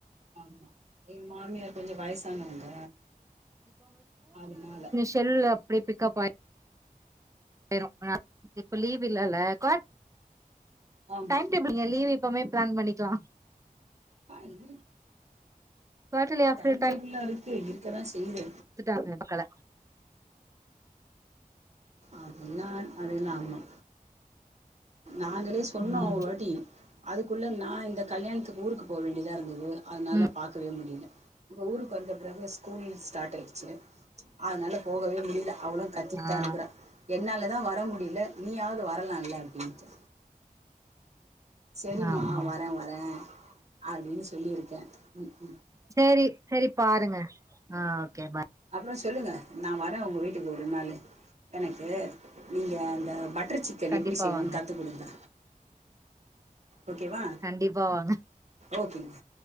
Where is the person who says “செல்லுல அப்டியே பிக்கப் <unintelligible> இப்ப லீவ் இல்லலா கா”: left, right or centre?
Right